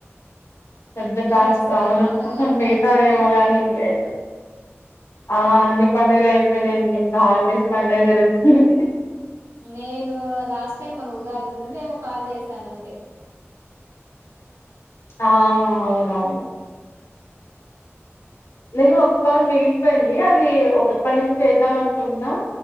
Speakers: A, on the left; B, on the right.
A: పెబ్ద్ద టాస్క్
B: చేస్తున్నావు
A: అవును
B: పండుగలంతా
A: నిగతా
B: అయిపోయిందా
A: వయ మగాని ఇది ఆ అన్ని పడుగలు అయిపోనాయండి ఇంకా హాలిడేస్ పడుగ జరుగుతుంది
B: నేను లాస్ట్ టైం మన ఉగాది ముందేమో కాల్ చేసాను అంతే
A: ఆ అవునవును నేను ఒక కాల్ మిగిలిపోయింది అది ఎప్పటి నుంచి చేద్దాం అనుకుంటున్నా